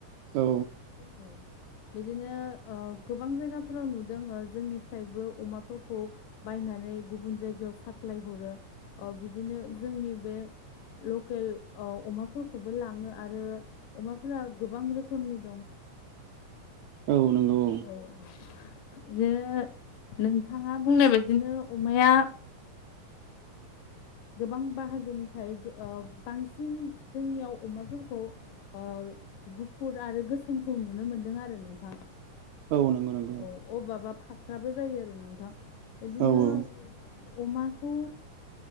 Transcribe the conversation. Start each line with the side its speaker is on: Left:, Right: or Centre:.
Right: औ।
Left: औ बिदिनो ओ गोबां जायगाफोराव नुदों जोंनिफ्रायबो अमाफोरखौ बायनानै गुबुन जायगायाव साप्लाय हरो ओ बिदिनो जोंनि बे लकेल अ अमाफोरखौबो लाङो आरो अमाफोरा गोबां रोखोमनि दं।
Right: औ नंगौ
Left: औ-औ। इदिनो नोंथाङा बुंनाय बायदिनो अमाया गोबां बाहागोनि थायो ओ बांसिन जोंनियाव अमाफोरखौ ओ गुफुर आरो गोसोमखौ नुनो मोनदों आरो नोंथां।
Right: औ औ नंगौ नंगौ
Left: औ अबबा फाख्राबो जायो आरो नोंथां बिदिनो
Right: औ औ
Left: अमाखौ